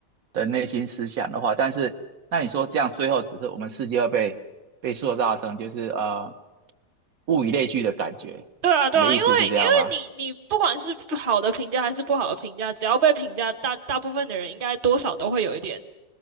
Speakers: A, on the right; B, on the right.
A: 的内心思想的话，但是那你说这样最后只是我们世界会被被塑造成就是呃物以类聚的感觉。
B: 对啊，对啊，
A: 你的意思是这样吗？
B: 因为因为你你不管是好的评价还是不好的评价，只要被评价，大大部分的人应该多少都会有一点